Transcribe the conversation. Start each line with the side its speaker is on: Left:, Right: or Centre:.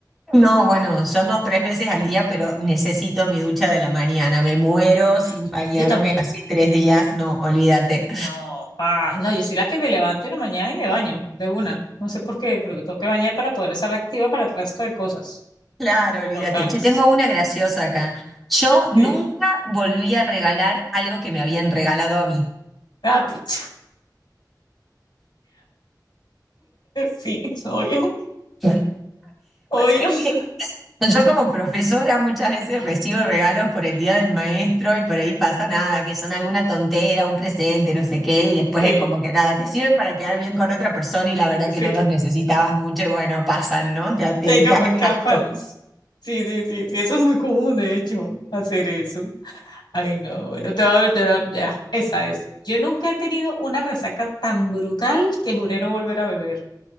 Centre: No, bueno, yo no tres veces al día, pero necesito mi ducha de la mañana. Me muero
Left: Uf,
Centre: sin bañarme
Left: yo también.
Centre: así tres días. No, olvídate.
Left: No, ah, no, yo soy la que me levanto en la mañana y me baño de una. No sé por qué, pero me tengo que bañar para poder estar activa para el resto de cosas.
Centre: Claro, olvídate.
Left: total
Centre: Che, tengo una graciosa acá. Yo
Left: Sí.
Centre: nunca volví a regalar algo que me habían regalado a mí.
Left: Ah, <laughs> Sí, obvio,
Centre: Pasa
Left: obvio.
Centre: es
Left: <laughs>
Centre: que yo como profesora muchas veces recibo regalos por el día del maestro y por ahí pasa nada, que son alguna tontera, un presente, no sé qué, y después
Left: Sí,
Centre: es como que nada, te sirven para quedar bien con otra persona y la verdad
Left: sí.
Centre: que no los necesitabas mucho y bueno, pasan, ¿no? Te, te
Left: Ya
Centre: evitas
Left: capaz
Centre: el
Left: que
Centre: gasto.
Left: aparece. Sí, sí, sí, sí, eso es muy común, de hecho, hacer eso. Ay, no, bueno, te va a volver a... Ya, esa, esa. Yo nunca he tenido una resaca tan brutal que juré no volver a beber.